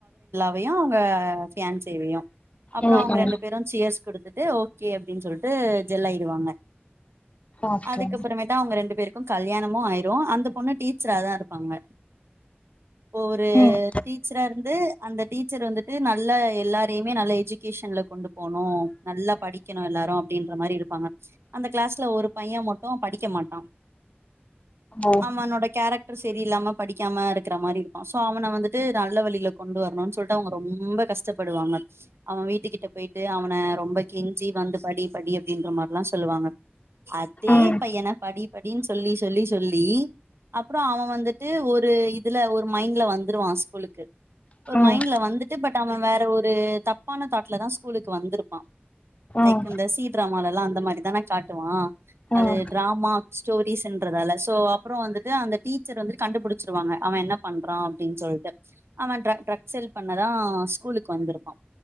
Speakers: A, on the right (about 85°); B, on the left (about 35°).
A: பையும் அவுங்க பியான் சேய்வையும் அப்றோ
B: ம்
A: அவங்க
B: ம்
A: ரெண்டு பேரு சியர்ஸ் குடுத்து ட்டு ஓகே அப்டின்னு சொல்ட்டு ஜெல் ஆயிடுவாங்க
B: ஓகே
A: அதுக்கப்புறமேதா அவங்க ரெண்டு பேருக்கும் கல்யாணமு ஆயிரு அந்த பொண்ணு டீச்சராதா இருப்பாங்க. ஒரு
B: ம்
A: டீச்சரா இருந்து அந்த டீச்சர் வந்துட்டு நல்ல எ ல்லாரயுமே நல்ல எஜு கேஷன்ல கொண்டு போணு நல்லா படிக்கணு எல்லாரு அப்டின்ற மாரி இருப்பாங்க. அந்த கிளாஸ்ல ஒரு பைய மட்டு படிக்க மாட்டா
B: ஓ
A: அவனோட கேரக் டர் செரி இல்லாம படிக்காம இருக்கற மாரி இரு க்கு சோ அவன வந்துட்டு நல்ல வழில கொண்டு வரணுன்னு சொல்ட்டு அவங்க ரொம்ப கஷ் டப்படுவாங்க அவ வீட்டு கிட்ட போயிட்டு அவன ரொம்ப கெஞ்சி வந்து படி படி அப்டின்ற மாரிலா சொல்லுவாங்க. அதே
B: ம்
A: பையன படி படின்னு சொல்லி சொல்லி சொல்லி அப்றோ அவ வந்துட்டு ஒரு இதுல ஒரு மைண்ட்ல வந்துருவா ஸ்கூலுக்கு ஒரு மைண்ட்ல
B: ம்
A: வந்துட்டு பட் அவ வேற ஒரு தப் பு தாட்லதா ஸ்கூலுக்கு வந் துருப்பா லைக்
B: ம்
A: அந்த சி ட்ராமாலல்லா அ ந்த மாரிதான காட்டுவா
B: ம்
A: அது ட்ராமா ஸ்டோரீஸுன்றதால சோ அப்றோ வந்துட்டு அந்த டீச்சர் வந்து கண்டுபுடிச்சிருவாங்க அவ என்ன பண்றா அப்டின் சொல்ட்டு. அவ <unintelligible> சேல் பண்ணதா ஸ்கூலுக்கு வந்துருப்பா